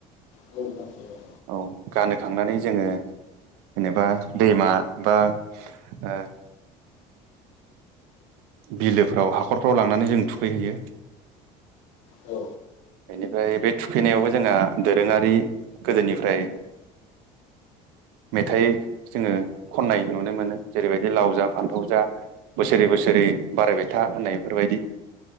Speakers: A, on the left (about 55°); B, on the right (about 80°).
A: औ गानहोयो
B: औ गानोखांनानै जोङो जेनेबा दैमा एबा ओ बिलोफ्राव हाखरफ्राव लांनानै जों थुखैहैयो।
A: औ
B: बेनिफ्राय बे थुखैनायावबो जोंहा दोरोङारि गोदोनिफ्राय मेथाइ जोङो खन्नाय नुनो मोनो जेरैबायदि लाव जा फान्थाव जा बोसोरै बोसोरै बारायबाय था होननायफोरबायदि